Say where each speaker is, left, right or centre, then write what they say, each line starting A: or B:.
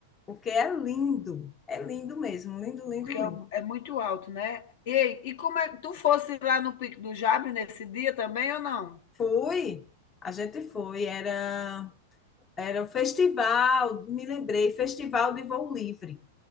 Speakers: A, on the left (about 25°); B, on the left (about 60°).
A: porque é lindo, é lindo mesmo, lindo, lindo,
B: Porque é
A: lindo.
B: é muito alto, né? Ei, e como é que tu fosse lá no Pico do Jabre nesse dia também ou não?
A: Fui, a gente foi, era, era o festival, me lembrei, Festival de Voo Livre.